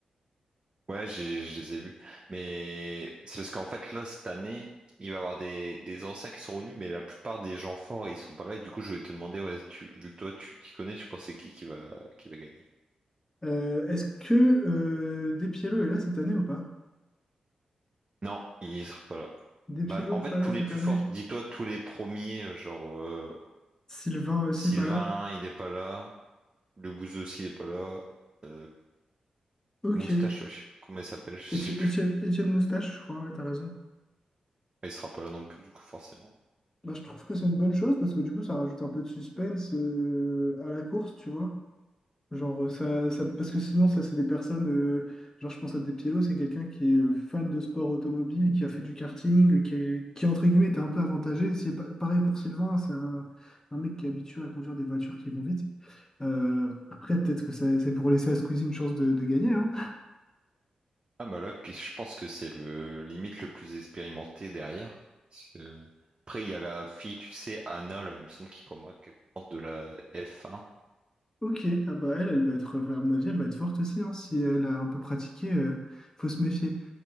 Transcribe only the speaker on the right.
Ouais, j'ai- je les ai vus. Mais c'est parce qu'en fait, là, cette année, il va y avoir des, des anciens qui sont revenus, mais la plupart des gens forts, ils sont pas là. Et du coup, je voulais te demander, ouais, tu, vu que toi, tu t'y connais, tu penses c'est qui qui va, qui va gagner?
Non, il sera pas là.
Bah, en fait,
tous
les plus
forts, dis-toi, tous les premiers, euh, genre euh,
Sylvain,
il est pas là. Le Bouzeux aussi, il est pas là. Euh,
Moustache,
ouais, je sais plus comment il s'appelle, <laughs> je sais
plus.
Il sera pas là non plus, du coup, forcément.
Ah, Moloch, je pense que c'est le limite le plus expérimenté derrière. Parce que- Après, il y a la fille, tu sais, Anna, là, il me semble qu'il commen- qu'elle commente de la f un.